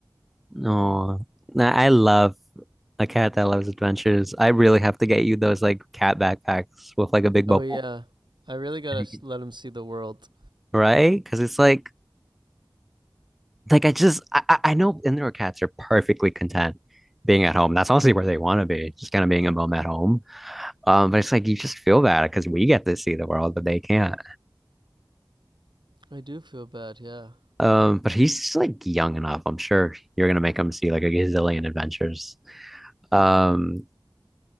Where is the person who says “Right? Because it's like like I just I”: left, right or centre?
Centre